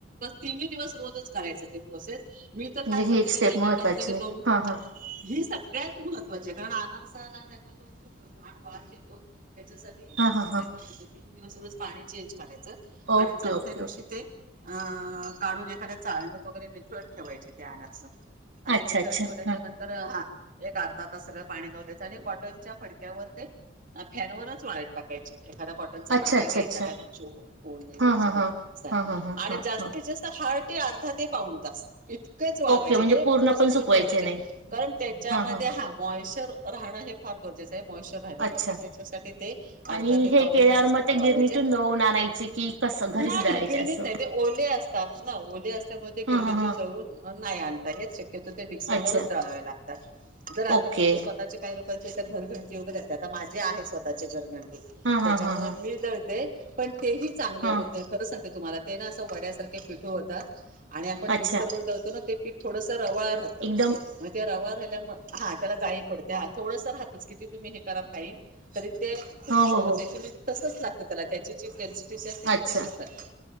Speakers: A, on the right; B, on the right.
A: तिन्हीं दिवस रोजच करायचं ते प्रोसेस. मी
B: म्हणजे
A: तर काय करते
B: ही एक स्टेप
A: माहितीय
B: महत्त्वाची
A: का कधी कधी
B: आहे
A: दोन
B: हां हां
A: ही सग सगळ्यांत महत्वाची आहे कारणं आनारसा काय करतो खूप घाण वास येतो. त्याच्यासाठीे च
B: हां
A: ही
B: हां
A: स्टेप
B: हां
A: महत्वाची आहे. दिवस रोज पाणी चेंज करायचं. आणि
B: ओके
A: चौथ्या
B: ओके
A: दिवशी
B: ओके
A: ते अं काढून एखाद्या चाळण्यातत वगैरे विथळत ठेवायचे ते आणरस. आणि
B: अच्छा
A: निथळत
B: अच्छा
A: ठेवल्याच्या
B: हां
A: नंतर एक अर्धा तास पाणी जाऊ द्यायच आणि कॉटनच्या फडक्यावर ते फॅनवरच वाळट टाकायचे. एखादा कॉटनचा
B: अच्छा
A: फडका
B: अच्छा
A: घ्यायचा
B: अच्छा
A: काय तुमची ओ <inaudible> जास्तीत
B: हां हां हां हां हां हां हां हां
A: जास्त दहा ते अर्धा ते पाऊन तास इतकंच वाळवायचे
B: ओके म्हणजे
A: हे
B: पूर्ण
A: प्रोसेस
B: सुकवायचे
A: पण महत्त्वाचे
B: नाही
A: आहे. कारण त्याच्यामध्ये
B: हां हां हां
A: हा मॉइचर राहणं हे फार गरजेचं मोईशचर राहायला पाहिजे.
B: अच्छा
A: त्याच्यासाठी ते अर्धा
B: आणि
A: ते
B: हे
A: पाऊन
B: केल्यावर
A: तसाच
B: मग
A: फक
B: ते
A: वाळवायचे.
B: गिरणीतून दळून आणायचे की कसं
A: नाही
B: घरीच दळायचे
A: गिरणीत
B: असं
A: नाही. ते ओले असतात ना ओले असल्यामुळे ते
B: हां
A: गिरणीतून
B: हां हां
A: दळून नाही आणता हेच शक्यतो ते मिक्सर
B: अच्छा
A: वरच दळावे लागतात जर अगदी
B: ओके
A: तुमचे स्वतःचे. लोकांची घरघंटि वैगरे असते. आता माझे आहे स्वतःचे घरघं टि
B: हा हा
A: त्याच्यामुळे
B: हा हा
A: मी दळते. पण तेही चांगले
B: हा
A: होते खरं सांगिते. तुम्हाला ते ना असं वड्यासारखे पिठू होतात. आणि आपण
B: अच्छा
A: मिक्सर वर दळतो ना ते पीठ थोडस रवा राहत.
B: एकदम
A: मग रवा राल्यामुळे हा त्याला जाळीत पडत. द्या थोडंस राहतच. किती तुम्ही हे करा फाईट तरी ते खूप
B: हो हो हो
A: त्याचे म्हणजे लागत त्याला त्याची जी तशी असले कि
B: अच्छा
A: तशीच लागते